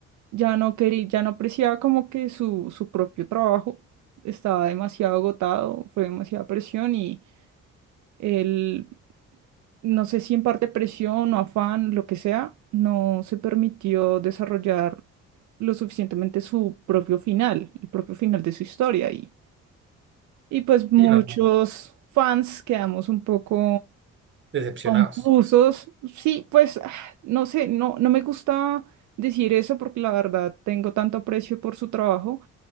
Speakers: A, on the right; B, on the right.
A: ya no quería, ya no apreciaba como que su, su propio trabajo estaba demasiado agotado, fue demasiada presión y él, no sé si en parte presión o afán, lo que sea, no se permitió desarrollar lo suficientemente su propio final, el propio final de su historia y, y pues muchos
B: Sí, no,
A: fans quedamos un poco
B: decepcionados.
A: Confusos. Sí, pues ah, no sé, no, no me gusta decir eso porque la verdad tengo tanto aprecio por su trabajo